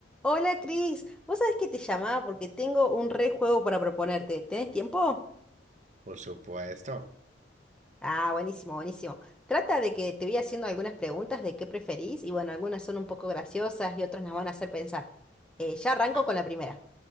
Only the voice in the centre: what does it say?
Hola Cris, vos sabés que te llamaba porque tengo un re juego para proponerte. ¿Tenés tiempo?
Ah, buenísimo, buenísimo. Trata de que te voy haciendo algunas preguntas de qué preferís y bueno, algunas son un poco graciosas y otras nos van a hacer pensar. Eh, ya arranco
con la primera.